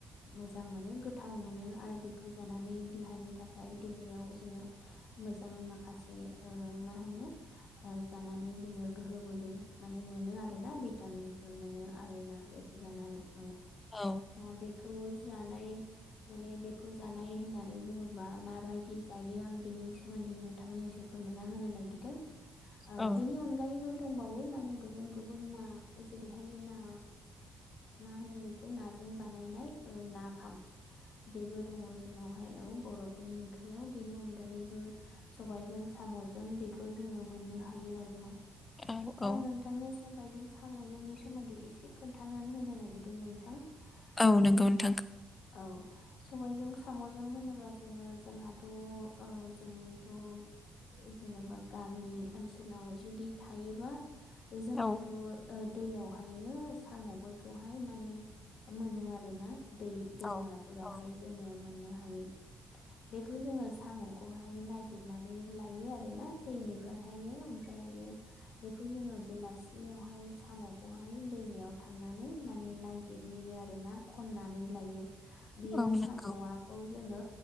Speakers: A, on the left; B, on the left.
A: मोजां मोजां मोनो गोथाव मोनो आरो बेखौ जानानै देहानि थाखाय देहायाव जोङो मोजां माखासे ओ मा होनो ओ जानानै जोङो गोहो बोलो माने मोनो आरो आरोना भिटामिन फोर मोनो आरोना बेखौ जानानै औ
B: औ
A: दा बेखौ जानाय माने बेखौ जानाय होननानै बुङोबा माबायदि जायो आं बेनि सोमोन्दै नोंथांनो एसे फोरमायना होनो नागिरदों ओ
B: औ
A: बेनि अनगायैबो दंबावो माने गुबुन गुबुन ना जेरैहाय ना मा होनो बेखौ नाजों बानायनाय ओ नाफाम बेबो दङ जोंनावहाय बर'फोरनि ओंख्रियाव बेनि अनगायैबो सबायजों साम'जों बेखौ जोङो मोन हायो आरोना
B: औ
A: दा
B: औ
A: आं नोंथांनो सबायाइजों साम'जोंनि सोमोन्दै एसे खोन्थानानै होनो नागिरदों नोंथां
B: औ
A: ओ
B: नंगौ। नोंथां
A: औ सबायजों साम'जों होनोबा जोङो जोंहाथ'ओ जोंथ' जेन'बा गामि ओनसोलाव जुदि थायोबा जोंहाथ'
B: औ
A: दैयावहायनो साम'फोरखौहाय माने मोनो आरोना दै दैमाफोरावहाय
B: औ औ
A: जोङो मोननो हायो बेखौ जोङो साम'
B: <inaudible>
A: नागिरनानै लायो आरोना दैनिफ्रायहायो ओमफ्राय बेखौ जोङो बेलासि सियावहाय साम'खौहाय दैमायाव थांनानै माने नायगिरहैयो आरो ना खननानै लायो बेयो
B: औ नंगौ
A: साम'आखौ जोङो